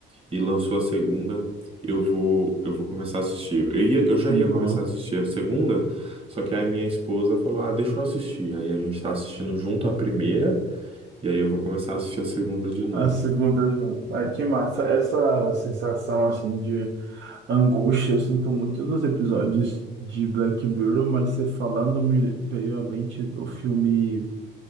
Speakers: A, on the right; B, on the right.
A: e lançou a segunda. Eu vou, eu vou começar a assistir. Eu ia- eu já
B: Boa.
A: ia começar a assistir a segunda, só que aí minha esposa falou: Ah, deixa eu assistir. Aí a gente tá assistindo junto a primeira, e aí eu vou começar a assistir a segunda de novo.
B: A segunda junto. que massa. Essa sensação, assim, de angústia eu sinto muito nos episódios de Black Mirror, mas você falando me veio à mente o filme